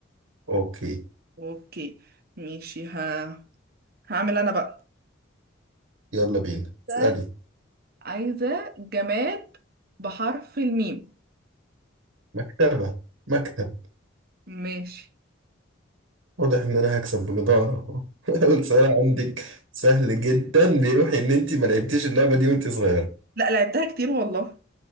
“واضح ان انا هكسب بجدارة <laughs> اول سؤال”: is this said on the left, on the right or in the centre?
Right